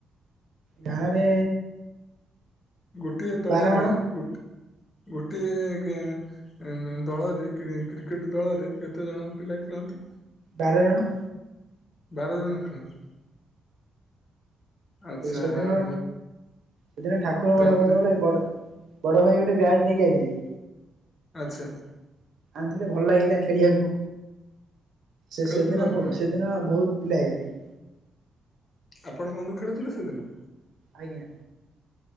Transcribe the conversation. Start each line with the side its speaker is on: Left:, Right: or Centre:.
Right: ଗାଁରେ
Left: ଗୋଟିଏ ଦଳରେ
Right: ବାର ଜଣ
Left: ଗୋଟ୍-ଗୋଟିଏ ଗେଁ ଦଳରେ କ୍ରିକେଟ ଦଳରେ କେତେ ଜଣ ପିଲା ଖେଳନ୍ତି?
Right: ବାର ଜଣ।
Left: ବାର ଜଣ ଖେଳନ୍ତି? ଆଚ୍ଛା
Right: ସେଦିନ
Left: ଆଉ
Right: ସେଦିନ ଠାକୁର
Left: ତାପରେ
Right: ବେଳ ଗୋଟେ ବଡ ବଡ ଭାଇ ଗୋଟେ ବ୍ୟାଟ୍ ନେଇକି ଆଇଥିଲେ।
Left: ଆଚ୍ଛା।
Right: ଆଣିଥିଲେ ଭଲ ଲାଗିଲା ଖେଳିବାକୁ ସେ-ସେଦିନ
Left: ଖେଳୁଥିଲୁ ଆପଣ
Right: ସେଦିନ ବହୁତ ପିଲା ହେଇଗଲେ।
Left: ଆପଣ ବନ୍ଧୁ ଖେଳୁଥିଲେ ସେଦିନ?
Right: ଆଜ୍ଞା।